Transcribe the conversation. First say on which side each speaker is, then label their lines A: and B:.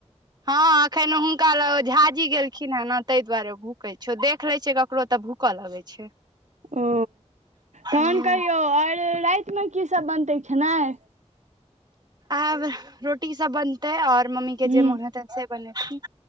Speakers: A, on the right; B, on the right.
A: हँ एखन हुनका लग ओ झाजी गेलखिन हे ने ताहि दुआरे भूकै छ देख ले छ ककरो तऽ भू भूक लगै छै
B: ओ
A: हूँ
B: तहन कहियौ आओर रातिमे कीसभ बनते खेनाय
A: आब रोटी सब बनतै और मम्मी के
B: हूँ
A: जे मोन हेतै से बनेथिन